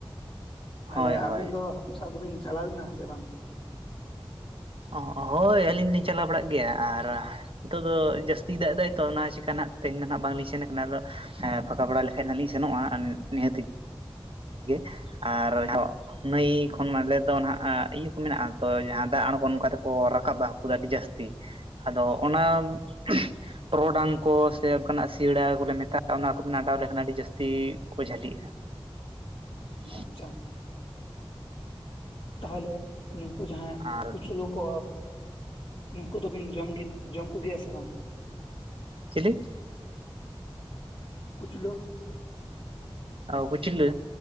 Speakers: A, on the left; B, on the right.
A: ᱛᱟᱦᱞᱮ
B: ᱦᱳᱭ ᱦᱳᱭ
A: ᱟᱹᱵᱤᱱ ᱫᱚ ᱦᱟᱹᱠᱩ ᱥᱟᱵ ᱠᱚᱵᱤᱱ ᱪᱟᱞᱟᱣ ᱞᱮᱱᱟ ᱥᱮ ᱵᱟᱝ
B: ᱚᱸ ᱦᱳᱭ ᱟᱹᱞᱤᱧ ᱫᱚᱞᱤᱧ ᱪᱟᱞᱟᱣ ᱵᱟᱲᱟᱜ ᱜᱮᱭᱟ ᱟᱨ ᱱᱤᱛᱚᱜ ᱫᱚ ᱡᱟᱹᱥᱛᱤᱭ ᱫᱟᱜ ᱮᱫᱟᱭᱛᱚ ᱚᱱᱟ ᱪᱤᱠᱟᱹᱱᱟᱜ ᱛᱮᱦᱮᱧ ᱫᱚ ᱱᱟᱜ ᱵᱟᱝᱞᱤᱧ ᱥᱮᱱ ᱠᱟᱱᱟ ᱟᱫᱚ ᱦᱮᱸ ᱯᱷᱟᱠᱟ ᱵᱟᱲᱟ ᱞᱮᱠᱷᱟᱭᱜ ᱦᱟᱸᱜ ᱞᱤᱧ ᱥᱮᱱᱚᱜᱼᱟ ᱱᱤᱦᱟᱹᱛᱜ ᱜᱮ ᱟᱨ ᱫᱚᱸᱜ ᱱᱟᱹᱭ ᱠᱷᱚᱱ ᱟᱞᱮ ᱫᱚ ᱦᱟᱸᱜ ᱤᱭᱟᱹ ᱠᱚ ᱢᱮᱱᱟᱜᱼᱟ ᱛᱚ ᱡᱟᱦᱟᱸ ᱫᱟᱜ ᱟᱬᱜᱚ ᱱᱚᱝᱠᱟ ᱛᱮᱠᱚ ᱨᱟᱠᱟᱵᱟ ᱦᱟᱹᱠᱩ ᱫᱚ ᱟᱹᱰᱤ ᱡᱟᱥᱛᱤ ᱟᱫᱚ ᱚᱱᱟ <inaudible> ᱴᱚᱨᱚᱰᱟᱝ ᱠᱚ ᱥᱮ ᱚᱱᱠᱟᱱᱟᱜ ᱥᱤᱭᱟᱹᱲᱟ ᱠᱚᱞᱮ ᱢᱮᱛᱟᱜᱼᱟ ᱚᱱᱟ ᱠᱚ ᱚᱰᱟᱣ ᱞᱮᱠᱷᱟᱱ ᱟᱹᱰᱤ ᱡᱟᱹᱥᱛᱤ ᱠᱚ ᱡᱷᱟᱹᱞᱤᱜᱼᱟ᱾ <inaudible>
A: ᱟᱪᱪᱷᱟ ᱛᱟᱦᱚᱞᱮ ᱱᱩᱠᱩ ᱡᱟᱦᱟᱸᱭ
B: ᱟᱨ
A: ᱠᱩᱪᱞᱚ ᱠᱚ᱾ ᱱᱩᱠᱩ ᱫᱚᱵᱤᱱ ᱡᱚᱢ ᱡᱚᱢ ᱠᱚᱜᱮᱭᱟ ᱥᱮ ᱵᱟᱝ?
B: ᱪᱮᱞᱤ
A: ᱠᱩᱪᱞᱩ
B: ᱚᱸ ᱠᱩᱪᱞᱟᱹ